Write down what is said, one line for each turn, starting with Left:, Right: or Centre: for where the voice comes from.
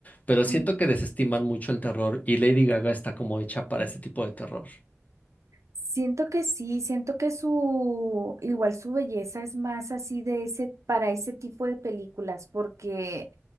Left: Pero siento
Right: Ujú.
Left: que desestiman mucho el terror y Lady Gaga está como hecha para ese tipo de terror.
Right: Siento que sí, siento que su, igual su belleza es más así de ese, para ese tipo de películas, porque